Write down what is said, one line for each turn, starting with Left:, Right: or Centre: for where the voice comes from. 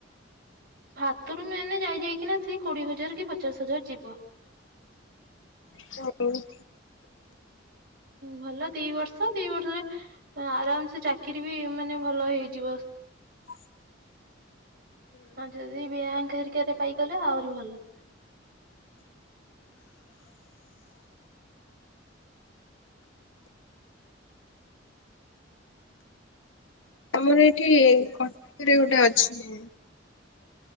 Right: ହାତରୁ ମେନେ ଯାଇ ଯାଇକିନା ସି କୋଡ଼ିଏ ହଜାର କି ପଚାଶ ହଜାର ଯିବ।
Left: ସରୁନି
Right: ଭଲ ଦି ବର୍ଷ ଦି ବର୍ଷରେ ଏଁ ଆରାମ୍ ସେ ଚାକିରି ବି ମାନେ ଭଲ ହେଇଯିବ।
Left: ହ
Right: ହଁ ଯଦି ବ୍ୟାଙ୍କ ହେରିକାରେ ପାଇଗଲେ ଆହୁରି ଭଲ।
Left: ଆମର ଏଇଠି କଟକରେ ଗୋଟେ ଅଛି।